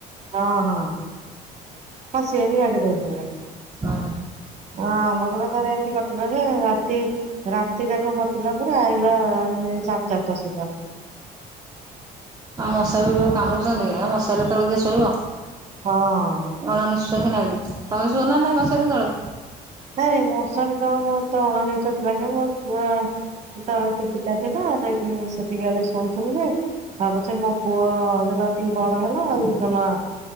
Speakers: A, on the right; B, on the right.
A: ହଁ ହଁ ହଁ ସିଏ ବି କାଟି ଦୋଉଥିବେ।
B: ଅ।
A: ହଁ ଆମର ବି ଥରେ ଏମିତି କଟିଲା ଯେ ରାତି ରା ତି ଯାକ କଟିଲା ପୁରା ଆଇଲା ମାନେ ସାଢ଼େ ଚାରିଟା ସୁଦ୍ଧା।
B: ଆଁ ମଶାରୁ ଯୋଉ କାମୁଡୁଚନ୍ତି ହେ ମାଶାରି ତଳେ କିଏ ଶୋଇବ।
A: ହଁ।
B: ଅଣ ନିଶ୍ୱାସୀ ନାଗୁଚି ତମେ ଶୁଅ ନା ନାଇଁ ମଶାରୀ ତଳେ?
A: ନାଇଁ ମଶାରି ତଳେ ମୋତେ ଅଣନିଶ୍ୱାସୀ ଲାଗେ ମୁଁ ସୁଏ ଏଠି ତ କିଛିଟା ଥିଲା ଆଉ ଯାଇ କି ସ ଟିକେ ହେଲେ ଶୋଉଥୁଲୁ ଯେ ଭାବୁଛେ ମୋ ପୁଅ ଯେତେବେଳେ ଟିକେ ବଡ ହେଲା ଆଉ ଜମା